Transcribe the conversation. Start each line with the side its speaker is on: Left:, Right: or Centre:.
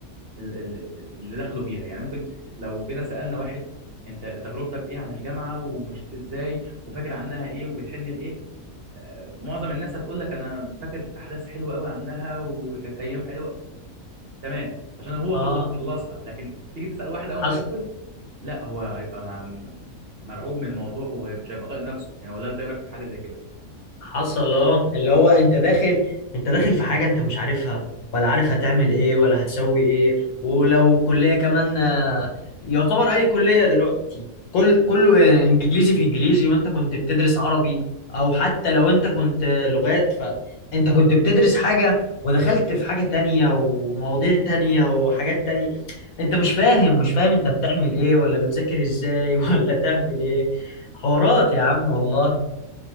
Right: ال- ال- ال- اللي دخلوا بيها يعني ممكن لو جينا سالنا واحد انت تجربتك ايه عن الجامعه ومشيت ازاي وفاكر عنها ايه وبتحن لايه آه، معظم الناس هتقول لك انا فاكر احداث حلوه قوي عنها وكانت ايام حلوه تمام عشان هو
Left: اه
Right: خلص خلصها لكن تيجي تسال واحد اول
Left: حصل
Right: ما يدخل لا هو هيبقى مع- مرعوب من الموضوع ومش هيبقى طايق نفسه يعني ولا انت ايه رايك في حاجه زي كده
Left: حصل اه اللي هو انت داخل انت داخل في حاجة انت مش عارفها ولا عارف هتعمل ايه ولا هتسوي ايه ولو كلية كمان آه، يعتبر اي كلية دلوقتي كل كله آه، انجليزي في انجليزي وانت كنت بتدرس عربي او حتى لو انت كنت آه، لغات فانت كنت بتدرس حاجة ودخلت في حاجة تانية ومواضيع تانية وحاجات تانية انت مش فاهم مش فاهم انت بتعمل ايه ولا بتذاكر ازاي <laughs> ولا تعمل ايه حوارات يا عم والله